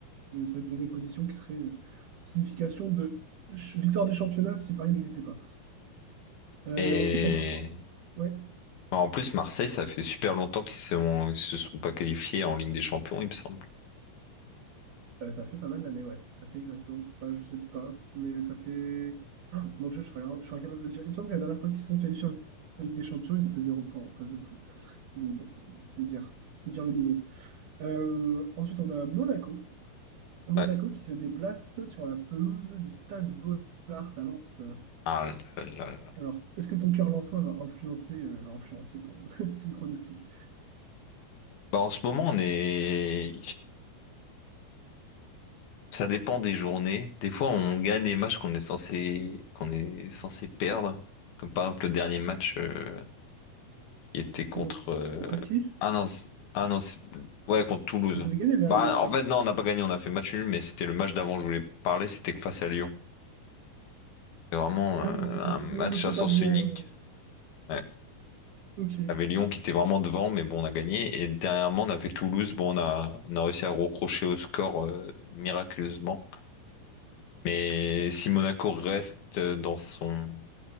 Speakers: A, on the right (about 60°); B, on the left (about 70°).
A: de cette deuxième position qui serait euh, signification de ch- victoire des championnats si Paris n'existait pas. Euh,
B: Et
A: ensuite, en trois... ouais.
B: bah, en plus, Marseille, ça fait super longtemps qu'ils sont... ils se sont pas qualifiés en Ligue des Champions, il me semble.
A: Euh, ça fait pas mal d'années, ouais. Ça fait exactement. Enfin, je sais pas, mais ça fait. Ah, mon Dieu, je serais, je serais incapable de le dire. Il me semble que la dernière fois qu'ils se sont qualifiés en Ligue des Champions, ils ont fait zéro point en phase de poule. Donc, bon, c'est dire, c'est dire le niveau. Euh, ensuite, on a Monaco. Monaco
B: Ouais.
A: qui se déplace sur la pelouse du Stade Bollard à Lens.
B: Ah là là là.
A: Alors, est-ce que ton cœur lensois va influencer, euh, va influencer ton, <laughs> ton pronostic?
B: Bah, en ce moment, on est... Ça dépend des journées. Des fois, on gagne des matchs qu'on est censé qu'on est censé perdre, comme par exemple le dernier match. euh, Il était
A: C'était
B: contre.
A: con-
B: euh,
A: contre qui?
B: Ah non, c'est- ah non, c'est- ouais, contre Toulouse.
A: Vous avez gagné le dernier
B: Bah,
A: match,
B: en
A: hein?
B: fait, non, on n'a pas gagné, on a fait match nul, mais c'était le match d'avant je voulais parler, c'était face à Lyon. C'était vraiment
A: Ah
B: euh,
A: oui, c'est le,
B: un match
A: le- le faux
B: à sens
A: pas de Lyon.
B: unique.
A: euh,
B: Ouais.
A: Ok.
B: Il y avait Lyon qui était vraiment devant, mais bon, on a gagné. Et dernièrement, on avait Toulouse, bon, on a, on a réussi à recrocher au score euh, miraculeusement. Mais si Monaco reste euh, dans son.